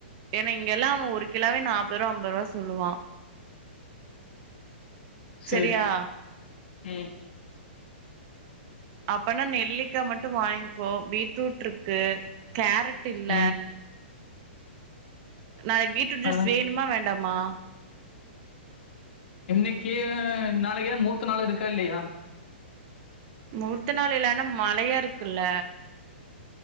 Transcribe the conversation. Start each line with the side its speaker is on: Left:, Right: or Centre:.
Right: ஏன்னா இங்கெல்லா அவ ஒரு கிலோவே நாப்பது ரூவா அம்பது ரூவா சொல்லுவா
Left: செரி
Right: செரியா
Left: ம்
Right: அப்பனா நெல்லிக்கா மட்டு வாங்கிக்கோ பீட்ரூட் ருக்கு கேரட் இல்ல
Left: ம்.
Right: நாளைக்கு பீட்ரூட் ஜூஸ்
Left: ஆ
Right: வேணுமா வேண்டாமா
Left: இன்னைக்கி நாளைக்கு தா மூர்த்த நாலு இருக்க இல்லையா
Right: மூர்த்த நாள் இல்லன்னா மழயா இருக்குல்ல